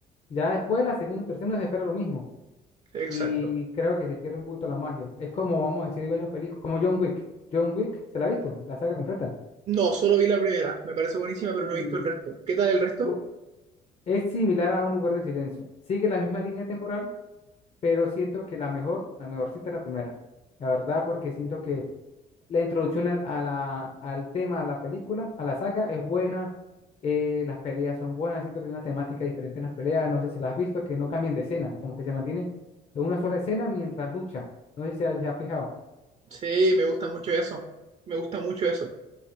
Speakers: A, on the left; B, on the right.
A: Ya después la segunda y tercera no se espera lo mismo.
B: Exacto.
A: Y creo que se pierde un poquito la magia. Es como, vamos a decir, hay varias películas, como John Wick. John Wick, ¿se la ha visto? La saga completa.
B: No, solo vi la primera. Me parece buenísima, pero
A: Uh,
B: no he visto el resto. ¿Qué tal el resto?
A: Bu- Es similar a un lugar de silencio. Sigue la misma línea temporal, pero siento que la mejor, la mejorcita es la primera. La verdad, porque siento que la introducción al, a la, al tema, a la película, a la saga, es buena. eh, las peleas son buenas. Siento que hay una temática diferente en las peleas. No sé si las has visto, que no cambian de escena, como que se mantienen en una sola escena mientras lucha. No sé si se ha fijado.
B: Sí, me gusta mucho eso. Me gusta mucho eso.